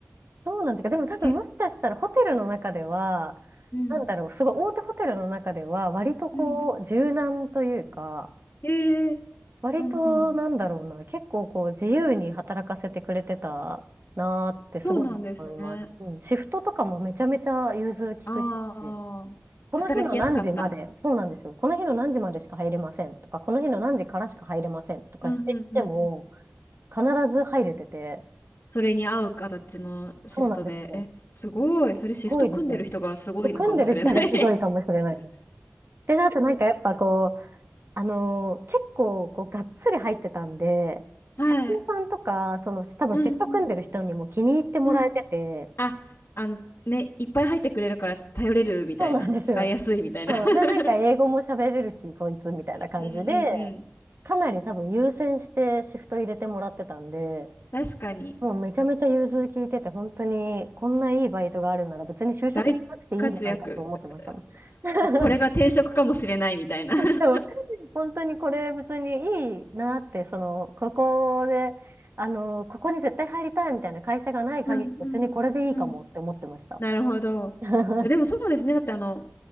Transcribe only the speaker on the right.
そうなんですか。でも多分もしかしたらホテルの中では、
なんだろう、すごい大手ホテルの中では、割とこう、
柔軟というか、
割となんだろうな、
結構こう、自由に働かせてくれてたなーってすごい思います。
うん、シフトとかもめちゃめちゃ融通きくし、
この日の何時まで、
そうなんですよ。この日の何時までしか入れませんとか、この日の何時からしか入れませんとかしていっても、
必ず入れてて、
そうなんですよ。
ごいですよね。組んでる人がすごいかもしれないです。で、あとなんかやっぱこう、あのー結構こうがっつり入ってたんで、
社員さんとか、その多分シフト組んでる人にも気に入ってもらえてて、
そうなんですよ。
そう。
で、なんか英語も喋れるし、こいつみたいな感じで、
かなり多分優先してシフト入れてもらってたんで、
もうめちゃめちゃ融通聞いてて、本当にこんないいバイトがあるなら別に就職しなくていいんじゃないかと思ってましたもん。
<laughs>
でも、<laughs> 本当にこれ別にいいなって、その、ここで、あの、ここに絶対入りたいみたいな会社がない限り、
別にこれでいいかもって思ってました。
<laughs>